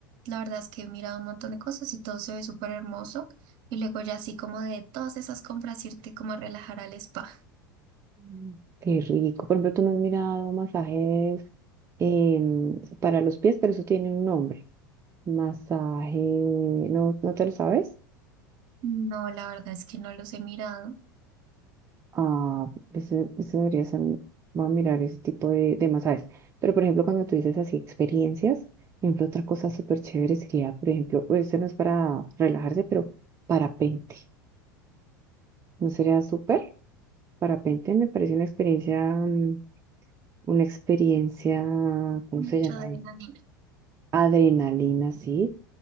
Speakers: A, on the right; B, on the right.
A: La verdad es que he mirado un montón de cosas y todo se ve súper hermoso. Y luego ya así como de todas esas compras irte como a relajar al spa.
B: Mm. Qué rico. Por ejemplo, tú no has mirado masajes em, para los pies, pero eso tiene un nombre. Masaje, ¿no, no te lo sabes?
A: No, la verdad es que no los he mirado.
B: Ah, eso, eso deberías a, voy a mirar ese tipo de, de masajes. Pero, por ejemplo, cuando tú dices así experiencias, por ejemplo, otra cosa súper chévere sería, por ejemplo, pues eso no es para relajarse, pero parapente. ¿No sería súper? Parapente me parece una experiencia, mm, una experiencia, ¿cómo
A: Mucha
B: se llama
A: adrenalina.
B: eso? Adrenalina, sí.